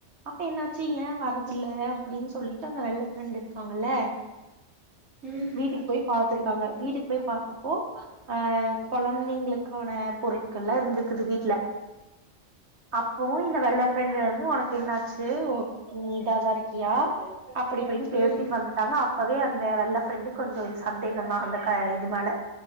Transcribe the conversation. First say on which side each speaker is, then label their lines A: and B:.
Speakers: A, on the right (about 65°); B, on the right (about 85°).
A: அப்போ என்னாச்சு ஏ வர்றதில்ல அப்படின்னு சொல்லிட்டு அந்த வெள்ள ஃப்ரெண்ட் இருக்காங்கல்ல
B: ம்
A: வீட்டுக்கு போய் பாத்திருக்காங்க வீட்டுக்கு போய் பாத்தப்போ ஆ கொழந்தைங்களுக்கான பொருட்கள்லா இருந்திருக்குது வீட்ல இப்பவு இந்த வெள்ள ஃபிரெண்ட் வந்து உன க்கு என்னாச்சு ஓ நீ இதாதா இருக்கியா அப்டி இப்டினு பேசிட்டு
B: ம் ம்
A: வந்துட்டாங்க அ ப்பவே அந்த வெள்ள ஃப்ரெண்டுக்கு கொஞ்சோ சந்தேகந்தா அந்த க இது மேல